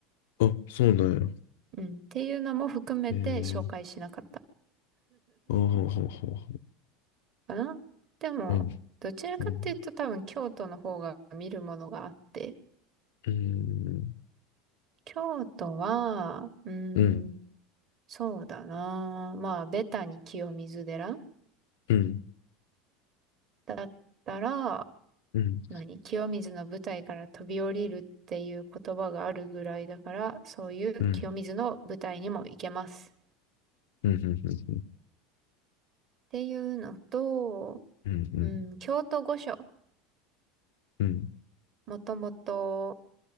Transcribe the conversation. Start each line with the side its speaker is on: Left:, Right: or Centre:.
Left: あ、そうなんや。
Right: う。うん。っていうのも含めて紹介しなかった
Left: えー、あはははは
Right: かな。でも、
Left: うん、
Right: どちらかっていうと多分京都の方が見るものがあって、
Left: うん、うん、
Right: 京都は、うー
Left: うん、
Right: ん、そうだな。まあ、ベタに清水寺
Left: うん、
Right: だったら、
Left: うん、うん、
Right: 何清水の舞台から飛び降りるっていう言葉があるぐらいだから、そういう清水の舞台にも行けます。
Left: うん、うん、うん、うん、
Right: っていうのと、
Left: うん、
Right: うん、京都御所。
Left: うん、
Right: もともと